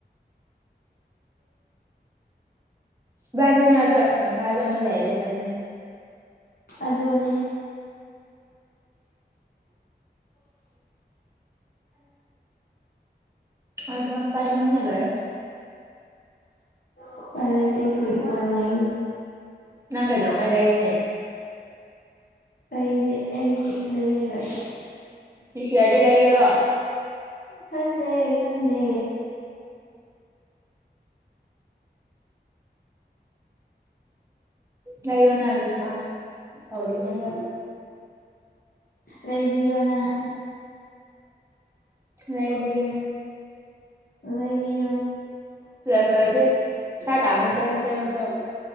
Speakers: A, on the right; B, on the left.
A: ꯏꯕꯥꯅꯤ ꯃꯥꯔꯛꯇ ꯑꯥꯏ ꯐꯣꯟ ꯄꯥꯏꯕ ꯑꯃ ꯂꯩꯔꯗꯤ ꯐꯥꯗꯨꯏꯅꯦ
B: ꯑꯗꯨꯅꯤ <unintelligible>
A: ꯑꯥꯏ ꯐꯣꯟ ꯄꯥꯏꯅꯤꯝꯅ ꯂꯣꯏꯔꯦ
B: ꯎꯄꯥꯏ ꯂꯩꯇꯦ ꯎꯄꯥꯏ ꯂꯩ
A: ꯅꯪ ꯀꯩꯗꯧꯉꯩ ꯂꯩꯅꯤ
B: ꯑꯩꯗꯤ ꯑꯩꯗꯤ ꯂꯩꯔꯔꯣꯏ
A: ꯁꯤ ꯁꯤꯌꯥꯗꯩ ꯂꯩꯒꯦꯔꯣ
B: ꯈꯪꯗꯦ ꯑꯩ ꯈꯪꯗꯦ
A: ꯂꯩꯌꯣꯅ ꯀ꯭ꯔꯤꯁ ꯃꯥꯁ ꯍꯧꯗ꯭ꯔꯤꯉꯩꯗ
B: ꯂꯩꯕꯤꯌꯣ ꯅꯪ
A: ꯂꯩꯕꯤꯒꯦ
B: ꯂꯩꯕꯤꯌꯣ
A: ꯇ ꯐꯗꯤ ꯁꯥ ꯇꯥꯟꯕ ꯆꯠꯂꯁꯦ ꯑꯩꯈꯣꯏꯁꯨ